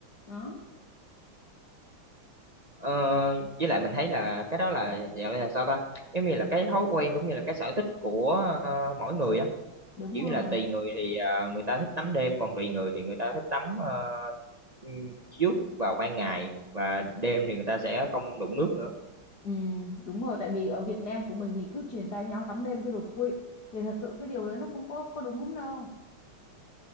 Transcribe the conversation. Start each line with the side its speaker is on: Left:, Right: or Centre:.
Left: đó
Right: ờ, với lại mình thấy là cái đó là gọi là sao ta giống như là cái thói quen cũng như là cái sở thích của ờ, mỗi người á
Left: đúng
Right: kiểu
Left: rồi
Right: như là tùy người thì ờ, người ta thích tắm đêm còn tùy người thì người ta thích tắm ờ, ừm, trước vào ban ngày và đêm thì người ta sẽ không đụng nước nữa
Left: ừ, đúng rồi tại vì ở Việt Nam của mình thì cứ truyền tay nhau tắm đêm cứ đột quỵ thì thật sự cái điều đấy nó không có có đúng lắm đâu